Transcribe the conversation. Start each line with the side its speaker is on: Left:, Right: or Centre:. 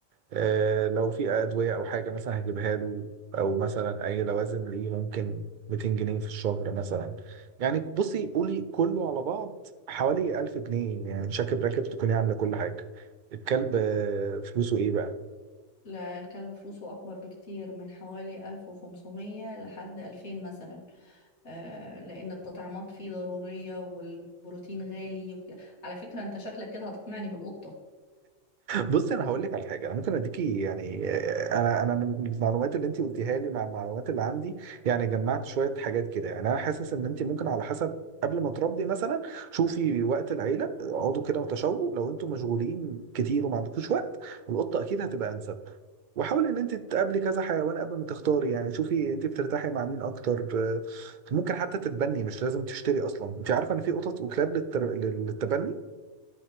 Right: آه، لو في أدوية أو حاجة مثلا هجيبها له أو مثلا أي لوازم ليه ممكن 200 جنيه في الشهر مثلا يعني بصي قولي كله على بعض حوالي 1000 جنيه يعني شاكب راكب تكوني عاملة كل حاجة الكلب آه، فلوسه إيه بقى؟
Left: لا الكلب فلوسه اكبر بكتير من حوالي 1500 لحد 2000 مثلا آه لان التطعيمات فيه ضروريه والبروتين غالي وكده. على فكره انت شكلك كده هتقنعني بالقطه
Right: بص انا هقول لك على حاجه انا ممكن اديكي يعني آه، انا انا من المعلومات اللي انت قلتيها لي مع المعلومات اللي عندي يعني جمعت شويه حاجات كده يعني انا حاسس ان انت ممكن على حسب قبل ما تربي مثلا شوفي وقت العيله اقعدوا كده وتشاوروا لو انتوا مشغولين كتير وما عندكوش وقت القطه اكيد هتبقى انسب وحاولي ان انت تقابلي كذا حيوان قبل ما تختاري يعني شوفي انت بترتاحي مع مين اكتر آه، ممكن حتى تتبني مش لازم تشتري اصلا انت عارفه ان في قطط وكلاب للتر... للتبني